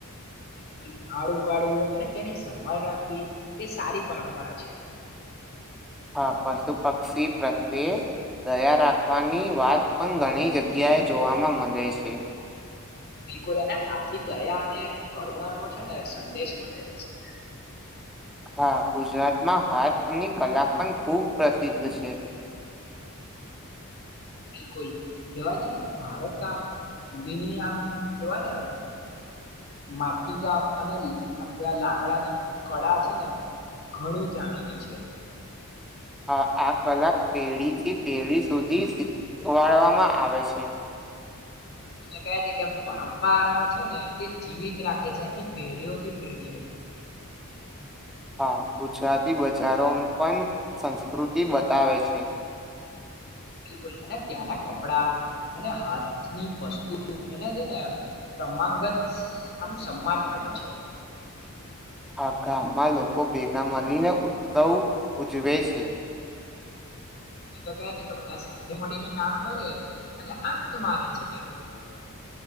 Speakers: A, on the left (about 45°); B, in the centre.
A: બિલકુલ ઝાડ ઉગાડવું અને તેની સંભાળ રાખવી એ સારી પરંપરા છે
B: હા પશુ પક્ષી પ્રત્યે દયા રાખવાની વાત પણ ઘણી જગ્યાએ જોવાવામાં મળે છે
A: બિલકુલ અને આથી દયા અને કરુણાનો છે ને સંદેશ મળે છે સૌને
B: <inaudible> હા ગુજરાતમાં હાથની કલા પણ ખુબ પ્રસિદ્ધ છે
A: બિલકુલ કેવાય છે ને કે ભારત આમ ધીની આમ કેવાય ને માટકી કામ અને આમ કેવાય લાકડાની કળા છે ને ઘણી જાણીતી છે
B: આ આ કલા પેઢીથી પેઢી સુધી શીખવાડવામાં આવે છે
A: કહે છે કે પરંપરા છે ને એ જીવિત રાખે છે આખી પેઢીઓથી પેઢીને
B: હ હા ગુજરાતી બજારો પન સંસ્કૃતિ બતાવે છે
A: બિલકુલ અને ત્યાંના કપડા અને હાથની વસ્તુ એને જે ને ક્રમાંંગત આમ સમાન મળે છે
B: આ ગામમાં લોકો ભેગા મળીને ઉત્સવ ઉજવે છે
A: એ તો કે છે કે બધા સાથે મળીને કામ કરે અને આનંદ માને છે ત્યાંના લોકો તો